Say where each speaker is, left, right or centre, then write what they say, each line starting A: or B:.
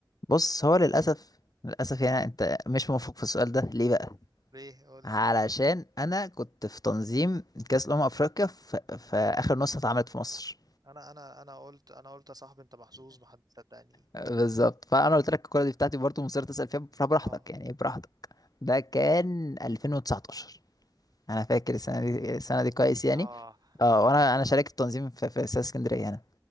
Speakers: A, on the left; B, on the right.
A: بص هو للأسف للأسف يعني أنت مش موفق في السؤال ده ليه بقى؟
B: ليه قول
A: علشان أنا كنت في تنظيم كأس الأمم أفريقيا في, في آخر نسخة اتعملت في مصر
B: انا انا انا قلت انا قلت يا صاحبي انت محظوظ ما حد صدقني
A: بالظبط فأنا قلت لك الكورة دي بتاعتي برضه مصر تسأل فيها فبراحتك
B: ها
A: يعني إيه براحتك ده كان 2019 أنا فاكر السنة دي السنة دي كويس يعني
B: ها
A: اه وأنا
B: امم
A: أنا شاركت التنظيم في, في استاد اسكندرية أنا